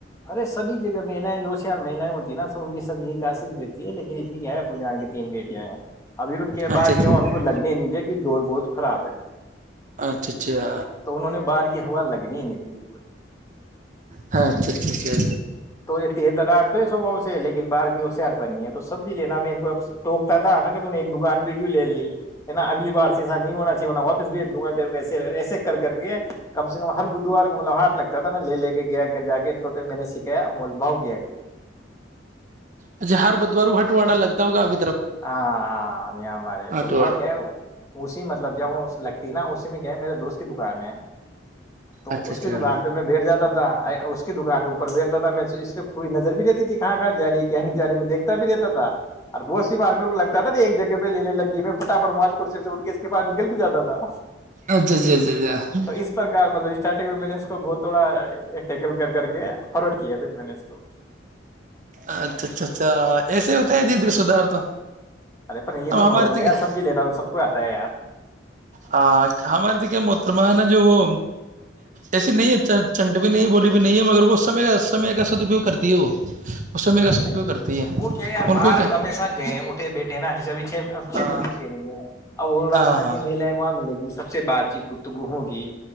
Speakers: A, on the left; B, on the right.
A: ارے سبھی جگہ مہلایں جو ہوشیار مہییں ہوتی نا سب ان کی یہی کاشت رہتی ہے لیکن ان کی ب جان کے تین بیٹ <unintelligible> ابھی ان کے
B: اچھا
A: باہر
B: اچھا
A: گیا ہو ان کو لگنے نہیں دیکھی دور بہت خراب ہے
B: اچھا اچھا
A: تو انہوں نے باہر کی ہوا لگنی ہی نہیں دیھی بالکل
B: ہاں اچھا اچھا اچاا
A: تو یہ تییر درار تو ہے سوبھؤ سے لیکن باہر کی ہوشیار پرنی ہے تو سبزی لینا میں ان کو ٹکتا تھا میں ایک بھی کیوں لے لےا اگلی بار سے ایسا نہیں ہونا چاہیےنا واپس بھیج دوں گا پھر میں ایسے کر کے کم سے کم ہر بدھوار کو مطلب ہاتھ لگتا تھا میں لے لے کے گیا جا کے ان کو پھر میں نے سیکھا مول بھؤ
B: اچھا ہر بدوارو ہٹواڑا لگتا ہوگا اب
A: ہاںاں ن مارے
B: ہٹواڑا
A: تمو کیا اسی مطلب جب لگتی نا اسی میں کیا ہے میرے دوست کی دکان ہے تو
B: اچھا
A: اس
B: اچھا
A: کی دکان پہ میں بیٹھ جاتا تھا <inaudible> اس کی دک ہےوپر بیٹتا تھا میں اس پہ پوری نظر بھی رہتا تھی کہاں کہاں جاری کہنی جاری میں دیکھتے بھی دیتا تھا اور ب بار میں لگتا تھا ن ایک جگہ پ لینے لگی میں پٹاٹ مال کو سے اٹھ کے اس کے پاس نکل بھی جاتا تھا
B: اچھا اچھا اچھا اچھا
A: تو اس پرک مطلب اسٹارٹنگ میں میں نے تو بہت تھوڑا یکل کر کر کے فارڈ کیا پھر میں نے اس کو
B: اچھا اچھا اچھا ایسے ہوتا ہے ددھر سدھار تو
A: ارے پ نہیں یہ
B: اب
A: تو
B: ہمارے
A: نارمل ہے
B: کیا
A: ار سبزی لیتا ہوں سب کو آتا ہے یار
B: ہ ہمارے تو کیا م تو میں نا جو وہ ایسی نہیں ہے چنٹ بھی نہیں ہے بولی بھی نہیں ہے مگر وہ سمے کا سمے کا سدپیوگ کرتی ہے وہ وہ سمے کا سدپیوگ
A: نہیں
B: کرتی ہے
A: وہ کیا یار
B: ان
A: باہر
B: کو کیا
A: ہمیشہ گئے اٹھے بیٹھے ہیں نا جیسے ابھی چھ اچھ
B: ہاں
A: دن کی ٹرینگ ہے اب وہ رستان
B: ہاں ہاں
A: یہ میل ہے وہاں ملے گی سب سے بات چیت گپتگووںگی